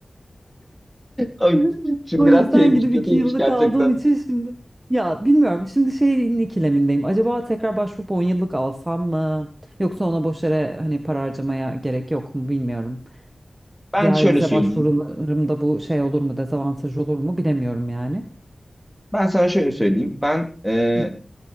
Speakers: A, in the centre; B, on the right.
A: Abi,
B: <laughs>
A: Şimdi
B: O
A: biraz
B: yüzden
A: şeymiş,
B: gidip
A: kötüymüş
B: iki yıllık
A: gerçekten.
B: aldığım için şimdi ya bilmiyorum şimdi şeyin ikilemindeyim. Acaba tekrar başvurup 10 yıllık alsam mı? Yoksa ona boş yere hani para harcamaya gerek yok mu bilmiyorum.
A: Ben
B: Diğer
A: şöyle
B: vize
A: söyleyeyim.
B: başvurularımda bu şey olur mu dezavantaj olur mu bilemiyorum yani.
A: Ben sana şöyle söyleyeyim. Ben eee,
B: Hı